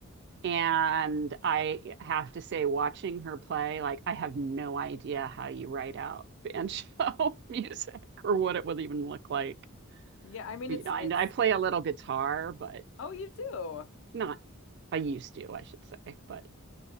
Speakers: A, on the right (about 50°); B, on the left (about 60°).
A: and I have to say, watching her play, like, I have no idea how you write out banjo <laughs> music or what it would even look like.
B: Yeah, I mean
A: You
B: it's
A: know,
B: it's
A: I, I play a little guitar, but
B: oh, you do.
A: not, I used to, I should say, but